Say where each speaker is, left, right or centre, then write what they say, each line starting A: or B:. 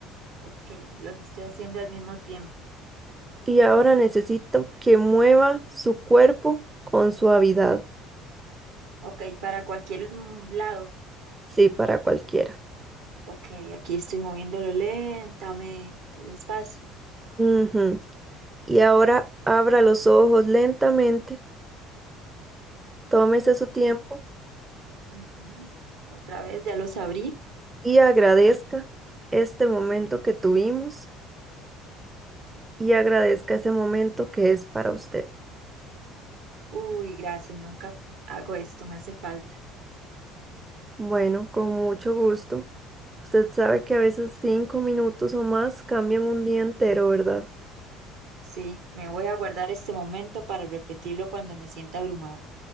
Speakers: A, on the right; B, on the right.
A: Ok, los estoy haciendo al mismo tiempo.
B: Y ahora necesito que mueva su cuerpo con suavidad.
A: Ok, para cualquier mm, lado.
B: Sí, para cualquiera.
A: Ok, aquí estoy moviéndolo lentamente, despacio.
B: Ujú. Y ahora abra los ojos lentamente, tómese su tiempo
A: Ujú. Otra vez, ya los abrí.
B: y agradezca este momento que tuvimos y agradezca ese momento que es para usted.
A: Uy, gracias, nunca hago esto, me hace falta.
B: Bueno, con mucho gusto. Usted sabe que a veces cinco minutos o más cambian un día entero, ¿verdad?
A: Sí, me voy a guardar este momento para repetirlo cuando me sienta abrumada.